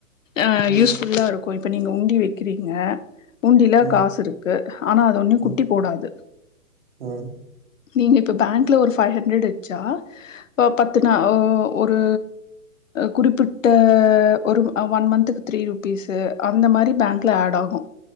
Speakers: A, on the left (about 65°); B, on the right (about 45°).
A: அ
B: ம்
A: யூஸ்ஃபுல்லா இருக்கு இப்போ நீங்க உண்டி வைக்கிறீங்க உண்டியில
B: ம்
A: காசு இருக்கு ஆனா அது ஒன்னு
B: ம்
A: குட்டி போடாது
B: ம்
A: நீங்க இப்போ பேங்க்ல ஒரு ஃபைவ் ஹண்ட்ரட் வச்சா பத்து நா ஒரு குறிப்பிட்ட ஒரு ஒன் மந்த்துக்கு த்ரீ ருப்பீஸு அந்த மாரி பேங்க்ல ஆட் ஆகு